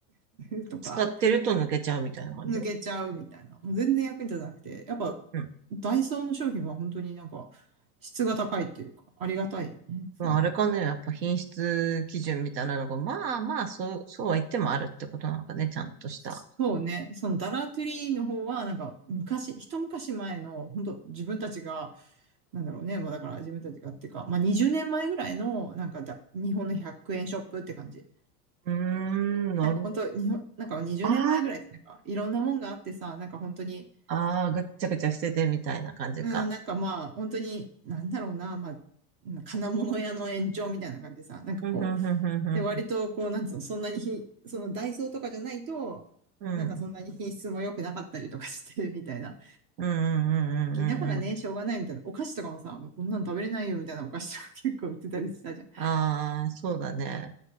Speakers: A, on the right; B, on the right.
A: う <laughs> とか、
B: 使ってると抜けちゃうみたいな感じ
A: 抜けちゃうみたいな。もう全然役に立たなくて、やっぱ、
B: うん。
A: ダイソーの商品は本当になんか、質が高いというか、ありがたいよね。そういう意味で。
B: まあ、あれかね、やっぱ品質基準みたいなのが、まあまあ、そう、そうは言ってもあるってことなんかね、ちゃんとした。
A: そうね。そのダラトゥリーの方は、なんか、昔、一昔前の、本当自分たちが、なんだろうね。もうだから自分たちがっていうか、まあ20年前ぐらいの、なんかだ、日本の100円ショップって感じ。
B: うーん、なるほど。
A: なんか本当、日本、なんか20年前ぐらいってなんかいろんなもんがあってさ、
B: あ
A: なんか本当に、
B: あ、ああ、ぐっちゃぐちゃしててみたいな感じか。
A: うん、なんかまあ、本当に、なんだろうな、まあ、金物屋の延長みたいな感じでさ、なんかこう、
B: うん、うん、うん、
A: で、割とこう、
B: う
A: なんつうの、そんなにひ、そのダイソーとかじゃないと、
B: ん、うん。
A: なんかそんなに品質も良くなかったりとかして、
B: うん、
A: みたいな。
B: うん、うん、うん、
A: だからね、
B: うん。うん
A: しょうがないみたいな。お菓子とかもさ、もうこんなの食べれないよみたいなお菓子とか結構売ってたりしたじゃん。
B: ああ、そうだね。